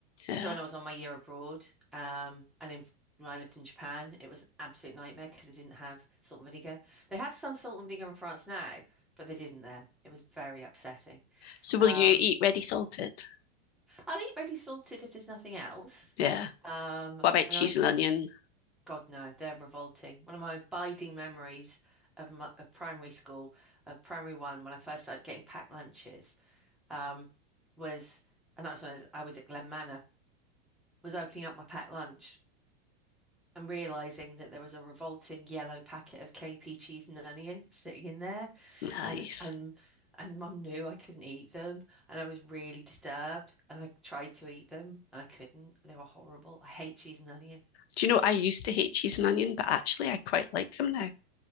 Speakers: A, on the left; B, in the centre.
A: Yeah.
B: So when I was on my year abroad, um, and in when I lived in Japan, it was an absolute nightmare because they didn't have salt and vinegar. They have some salt and vinegar in France now, but they didn't then. It was very upsetting.
A: So will
B: Um,
A: you eat ready salted?
B: I'll eat ready salted if there's nothing else.
A: Yeah.
B: Um,
A: What about
B: and
A: cheese
B: I'll eat
A: and onion?
B: God, no, they're revolting. One of my abiding memories of my, of primary school, of primary one, when I first started getting packed lunches, um, was, and that was when I was, I was at Glen Manor, was opening up my packed lunch and realizing that there was a revolting yellow packet of KP cheese and onion sitting in there,
A: Nice.
B: and and and Mum knew I couldn't eat them, and I was really disturbed, and I tried to eat them, and I couldn't. They were horrible. I hate cheese and onion.
A: Do you know I used to hate cheese and onion, but actually I quite like them now.